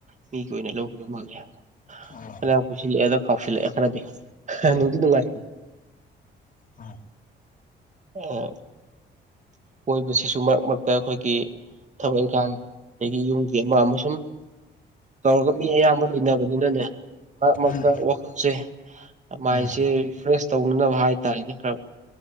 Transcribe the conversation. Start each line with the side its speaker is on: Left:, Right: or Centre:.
Right: ꯃꯤꯒꯤ ꯑꯣꯏꯅ ꯂꯧꯈꯤꯕ ꯃꯥꯜꯂꯦ
Left: ꯑꯣ
Right: ꯑꯅ ꯌꯥꯝ ꯀꯨꯏꯁꯤꯜꯂꯛꯑꯦ ꯑꯗ ꯀꯥꯎꯁꯤꯜꯂꯛꯑꯦ ꯈꯔꯗꯤ
Left: ꯎꯝ
Right: ꯅꯨꯡꯗꯤ ꯅꯨꯡꯉꯥꯏꯅꯤ
Left: ꯎꯝ
Right: ꯎꯝ ꯀꯣꯏꯕꯁꯤꯁꯨ ꯃꯔꯛ ꯃꯔꯛꯇ ꯑꯩꯈꯣꯏꯒꯤ ꯊꯕꯛ ꯏꯪꯈꯥꯡ ꯑꯗꯒꯤ ꯌꯨꯝꯒꯤ ꯑꯃ ꯑꯃꯁꯨꯡꯨꯝ ꯇꯧꯔꯒ ꯃꯤ ꯑꯌꯥꯝꯕ ꯂꯩꯅꯕꯅꯤꯅꯅꯦ ꯃꯔꯛ ꯃꯔꯛꯇ
Left: ꯎꯝ
Right: ꯋꯥꯈꯜꯁꯦ ꯃꯥꯏꯟꯁꯦ
Left: ꯎꯝ
Right: ꯔꯤꯐ꯭ꯔꯦꯁ ꯇꯧꯅꯅꯕ ꯍꯥꯏꯇꯥꯔꯦꯅꯦ ꯈꯔ